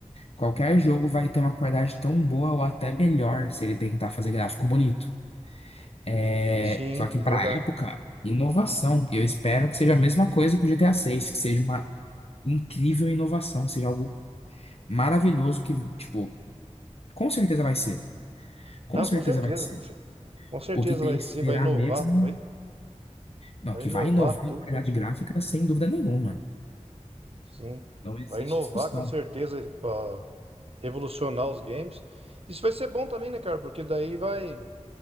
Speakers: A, on the left (about 55°); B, on the right (about 50°).
A: Qualquer jogo vai ter uma qualidade tão boa ou até melhor se ele tentar fazer gráfico bonito. É,
B: sim,
A: só que
B: verdade.
A: para época, inovação. Eu espero que seja a mesma coisa que o GTA 6, que seja uma incrível inovação, seja algo maravilhoso que, tipo, com certeza vai ser. Com
B: Não,
A: certeza
B: com certeza.
A: vai ser.
B: Com cer- com certeza
A: O que tem
B: vai
A: que
B: ser,
A: esperar
B: vai inovar,
A: mesmo,
B: vai,
A: não,
B: vai
A: que
B: inovar
A: vai inovar
B: tudo.
A: em qualidade gráfica sem dúvida nenhuma.
B: Sim,
A: Não existe
B: vai inovar
A: discussão.
B: com certeza, ó, revolucionar os games. Isso vai ser bom também, né, cara? Porque daí vai,